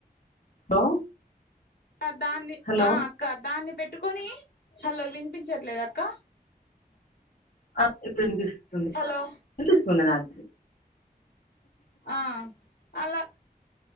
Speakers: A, on the left; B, on the left.
A: హలో
B: హా దాన్ని
A: హలో
B: ఆ అక్క దాన్ని పెట్టుకొని హలో వినిపించట్లేద అక్క
A: ఆ ఇప్పుడు వినిపిస్తుంది
B: హలో
A: ఇనిపిస్తుంది నాకు
B: ఆ అలా